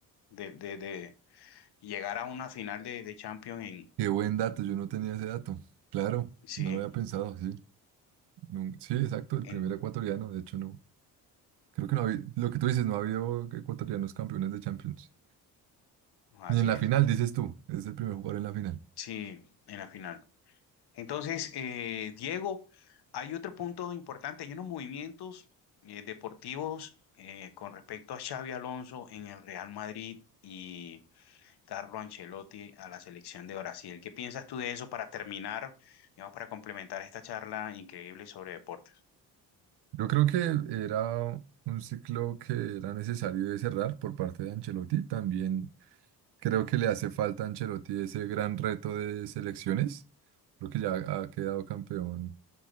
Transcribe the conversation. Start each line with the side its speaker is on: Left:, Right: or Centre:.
Left: de, de, de- y llegar a una final de, de Champions en,
Right: Qué buen dato, yo no tenía ese dato. Claro,
Left: sí,
Right: no lo había pensado, sí. Nun- sí, exacto, el
Left: en,
Right: primer ecuatoriano, de hecho no. Creo que no había, lo que tú dices, no ha habido ecuatorianos campeones de Champions.
Left: así
Right: Ni en la
Left: es,
Right: final, dices tú, es el primer jugador en la final.
Left: sí, en la final. Entonces, eh, Diego, hay otro punto importante, hay unos movimientos eh, deportivos eh, con respecto a Xavi Alonso en el Real Madrid y Carlo Ancelotti a la selección de Brasil. ¿Qué piensas tú de eso para terminar, digamos, para complementar esta charla increíble sobre deportes?
Right: Yo creo que era un ciclo que era necesario de cerrar por parte de Ancelotti. También creo que le hace falta a Ancelotti ese gran reto de selecciones. Creo que ya ha quedado campeón